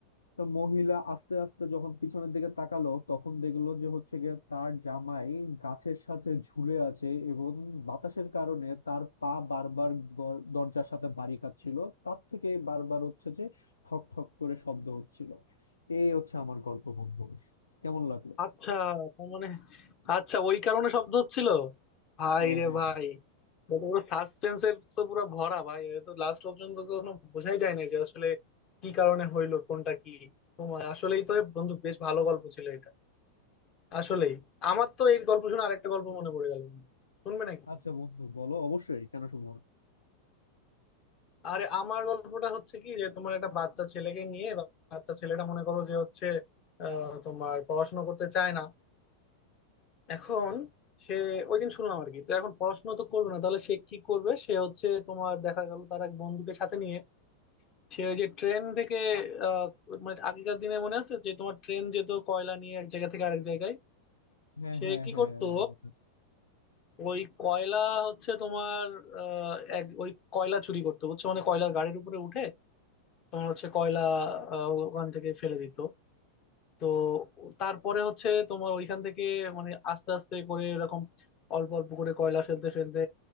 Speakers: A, on the left; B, on the left.
A: তো মহিলা আস্তে আস্তে যখন পিছনের দিকে তাকালো তখন দেখলো যে হচ্ছে গিয়ে তার জামাই গাছের সাথে ঝুলে আছে এবং বাতাসের কারণে তার পা বারবার গর- দরজার সাথে বাড়ি খাচ্ছিল তার থেকে বারবার হচ্ছে যে ঠক ঠক করে শব্দ হচ্ছিল এই হচ্ছে আমার গল্প বন্ধু কেমন লাগলো
B: আচ্ছা তার মানে আচ্ছা ওই কারণে শব্দ হচ্ছিল ভাই
A: হ্যাঁ
B: রে
A: হ্যাঁ
B: ভাই এটা তো পুরো সাসপেন্স এর তো পুরো ভরা ভাই এটা তো লাস্ট পর্যন্ত কোনো বোঝাই যায় না যে আসলে কি কারণে হইলো কোনটা কি তোমার আসলেই তো বন্ধু বেশ ভালো গল্প ছিল এটা আসলেই আমার তো এই গল্প শুনে আরেকটা গল্প মনে পড়ে গেল বন্ধু। শুনবে নাকি
A: আচ্ছা বন্ধু বলো অবশ্যই কেন শুনবো না?
B: আরে আমার গল্পটা হচ্ছে কি যে তোমার একটা বাচ্চা ছেলেকে নিয়ে বাচ্চা ছেলেটা মনে করো যে হচ্ছে আহ তোমার পড়াশোনা করতে চায় না এখন সে ওই দিন শুনলাম আর কি তো এখন পড়াশোনা তো করবে না তাহলে সে কি করবে সে হচ্ছে তোমার দেখা গেল তার এক বন্ধুকে সাথে নিয়ে সে ওই যে ট্রেন থেকে আহ, মানে আগেকার দিনে মনে আছে যে তোমার ট্রেন যেত কয়লা নিয়ে এক জায়গা থেকে আরেক জায়গায়
A: হ্যাঁ
B: সে
A: হ্যাঁ
B: কি
A: হ্যাঁ
B: করতো
A: মনে আছে।
B: ওই কয়লা হচ্ছে তোমার আহ, এক ওই কয়লা চুরি করতো বুঝছো মানে কয়লার গাড়ির উপরে উঠে তোমার হচ্ছে কয়লা আহ, ওখান থেকে ফেলে দিত তো তারপরে হচ্ছে তোমার ওইখান থেকে মানে আস্তে আস্তে করে এরকম অল্প অল্প করে কয়লা ফেলতে ফেলতে